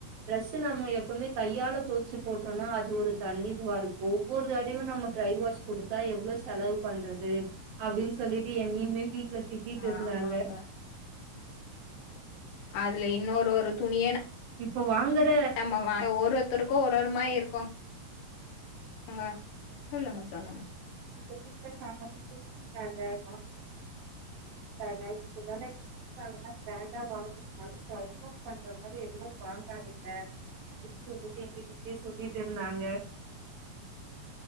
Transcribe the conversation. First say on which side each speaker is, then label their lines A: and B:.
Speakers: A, on the right; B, on the left.
A: ட்ரெஸ்சு நம்ம எப்போமே கையால தோச்சி போட்டோம்னா அது ஒரு தனி இதுவா இருக் ஒவ்வொரு தடையு நம்ம ட்ரை வாஷ் குடுத்தா எவ்ளவு செலவு பண்ற க்கு அப்டின்னு சொல்லிட்டு என்னையுமே வீட்ல திட்டிட்டு இருந்தாங்க
B: ஆமாங்க அதுல இன்னொரு ஒரு துணிய
A: இப்ப வாங்குற
B: நம்ம வார ஒரு ஒருத்தருக்கு ஒரு ஒரு மாயி இருக்கு இங்க சொல்லுங்க சொல்லுங்க
A: <inaudible> அதுலா வேண்டாமா வாங்கனுனாலு இந்த ஐ போன் பண்ற மாரி எதுவு வாங்காதிங்க <unintelligible> எங்கிட்டிட்டயே சொல்லிட்டு இருந்தாங்க